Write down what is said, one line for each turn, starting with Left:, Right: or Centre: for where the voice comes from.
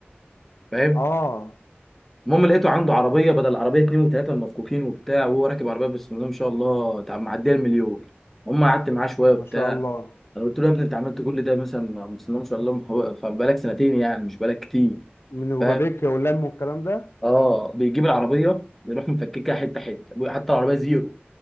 Centre: فاهم
Left: اه
Centre: المهم لقيته عنده عربيه بدل العربيه اتنين وتلاته المفكوكين وبتاع وهو راكب عربيه بسم الله ما شاء الله تع- معديه المليون هم قعدت معاه شويه وبتاع
Left: ما شاء الله
Centre: انا قلت له يا ابني انت عملت كل ده مثلا بسم الله ما شاء الله فبقالك سنتين يعني مش بقالك كتير
Left: من ربابيكيا
Centre: فاهم؟
Left: واللم والكلام ده
Centre: اه بيجيب العربيه يروح مفككها حته حته حتى العربيه زيرو